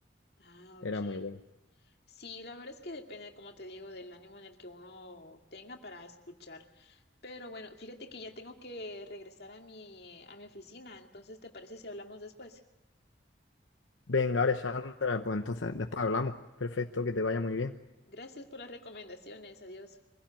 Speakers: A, on the left; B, on the left.
A: Ah,
B: era
A: ok.
B: muy bueno.
A: Sí, la verdad es que depende, como te digo, del ánimo en el que uno tenga para escuchar. Pero bueno, fíjate que ya tengo que regresar a mi, a mi oficina, entonces ¿te parece si hablamos después?
B: Venga, Alessandra, pues entonces después hablamos. Perfecto, que te vaya muy bien.
A: Gracias por las recomendaciones. Adiós.